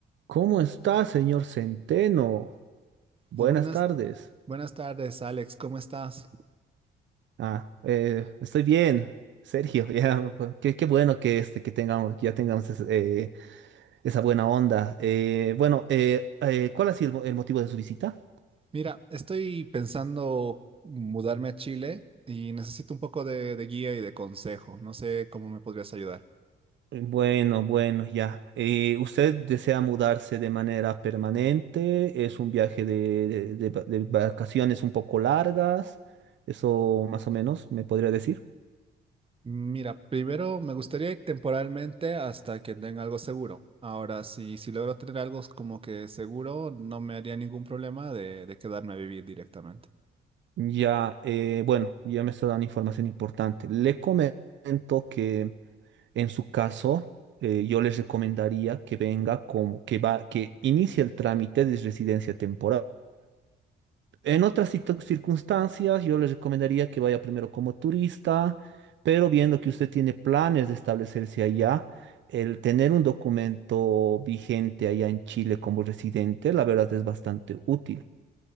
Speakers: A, on the right; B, on the right.
A: ¿Cómo está, señor Centeno? Buenas
B: Oh, buenas,
A: tardes.
B: buenas tardes, Alex. ¿Cómo estás?
A: Ah, eh, estoy bien, Sergio. <laughs> Ya, pues, qué, qué bueno que, este, que tengamos, que ya tengamos es- eh, esa buena onda. Eh, bueno, eh, eh, ¿cuál ha sido el mo- el motivo de su visita?
B: Mira, estoy pensando mudarme a Chile y necesito un poco de, de guía y de consejo. No sé cómo me podrías ayudar.
A: Eh, Bueno, bueno, ya. Eh, ¿usted desea mudarse de manera permanente? ¿Es un viaje de, de de va- de vacaciones un poco largas? Eso más o menos, ¿me podría decir?
B: Mira, primero me gustaría ir temporalmente hasta que tenga algo seguro. Ahora, si, si logro tener algo como que seguro, no me haría ningún problema de, de quedarme a vivir directamente.
A: Ya, eh, bueno, ya me está dando información importante. Le comento que en su caso, eh, yo les recomendaría que venga como que va, que inicie el trámite de residencia temporal. En otras situ- circunstancias, yo les recomendaría que vaya primero como turista, pero viendo que usted tiene planes de establecerse allá, el tener un documento vigente allá en Chile como residente, la verdad es bastante útil.